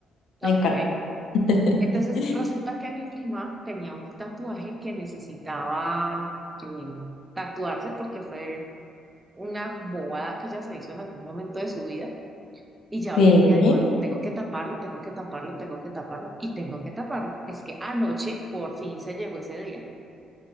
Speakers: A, on the left (about 75°); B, on the right (about 20°).
A: me
B: Ok.
A: encantan. <laughs>
B: Entonces resulta que mi prima tenía un tatuaje que necesitaba eh, tatuarse porque fue una bobada que ella se hizo en algún momento de su vida Y ya
A: Sí,
B: hoy en día digo, no, tengo que taparlo, tengo que taparlo, tengo que taparlo y tengo que taparlo. Es que anoche por fin se llegó ese día.